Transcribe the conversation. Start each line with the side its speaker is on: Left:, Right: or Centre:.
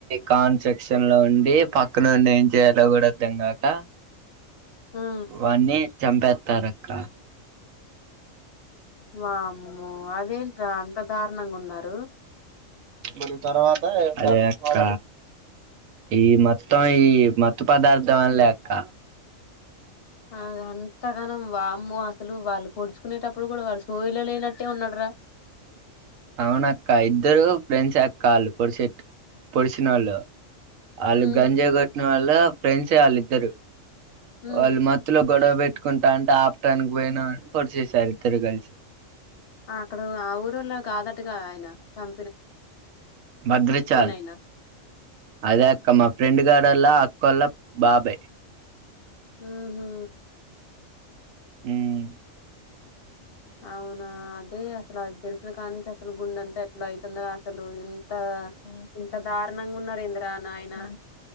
Right: కాన్స్ట్రక్షన్ లో ఉండి పక్కన నొన్ని ఏం చేయాలో కూడాద్దాం కాక
Left: ఆ
Right: వాన్ని చంపెత్తారక్క
Left: వామ్మో అదేంట్రా అంత దారుణంగా ఉన్నారు
Right: మరి తరవా అదే అక్క ఈ మొత్తం ఈ మత్తు పదార్ధ వల్లే అక్క
Left: అది అంతగానం వామ్మో అసలు వాళ్ళు పోడ్చు కునేటప్పుడు కూడా వాళ్ళ సోయలో లేనట్టే ఉన్నడు రా
Right: అవున అక్క ఇద్దరు ఫ్రెండ్స్ అక్క ఆల్ పొడిస్ పొడిసినోళ్ళు వాళ్ళు
Left: ఉమ్
Right: గంజా కొట్టిన వాళ్ళ ఫ్రెండ్సే వాళ్ళు ఇద్దరు
Left: ఉమ్
Right: వాళ్ళు మత్తులో గొడవ పెట్టుకుంటా అంటే ఆపటానికి పోయినా పొడిచేసారు ఇద్దరు కలిసి
Left: అక్కడ ఆ ఊరులో కాదట్టుగా ఆయన సం
Right: భద్రాచల్
Left: ఆయన
Right: అదే అక్క మా ఫ్రెండ్ గాడోల్ల అ కొల్లా బాబయ్
Left: ఉ హూ
Right: హ్మ్
Left: అవునా అదే అసలు తెలుసినకా నుంచీ అసలు గుండె అంతా ఎట్లా అవుతుంద అసలు ఇంత ఇంత దారుణంగా ఉన్నారు ఇంద్రా నాయన.